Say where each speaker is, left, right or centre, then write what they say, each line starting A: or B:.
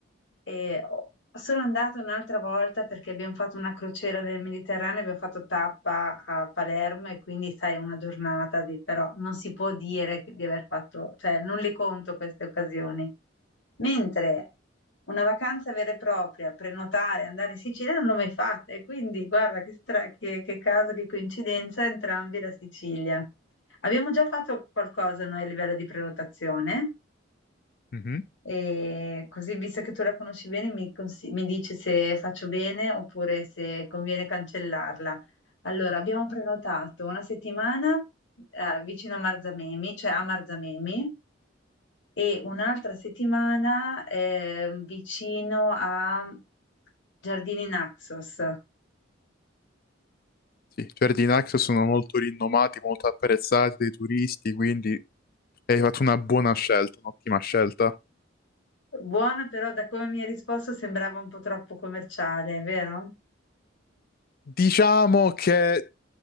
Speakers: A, on the left; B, on the left.
A: E sono andata un'altra volta perché abbiamo fatto una crociera nel Mediterraneo, abbiamo fatto tappa a Palermo e quindi sai, una giornata di, però non si può dire che- di aver fatto, cioè non le conto queste occasioni. Mentre una vacanza vera e propria, prenotare, andare in Sicilia non l'ho mai fatta e quindi guarda che, stra- che, che caso, che coincidenza, entrambi la Sicilia. Abbiamo già fatto qualcosa noi a livello di prenotazione.
B: Mhm.
A: E così, visto che tu la conosci bene, mi, consi- mi dici se faccio bene oppure se conviene cancellarla. Allora, abbiamo prenotato una settimana eh, vicino a Marzamemi, cioè a Marzamemi, e un'altra settimana eh, vicino a Giardini Naxos.
B: Sì, i giardini Naxos sono molto rinomati, molto apprezzati dai turisti, quindi hai fatto una buona scelta, un'ottima scelta.
A: Buona, però da come mi hai risposto sembrava un po' troppo commerciale, vero?
B: Diciamo che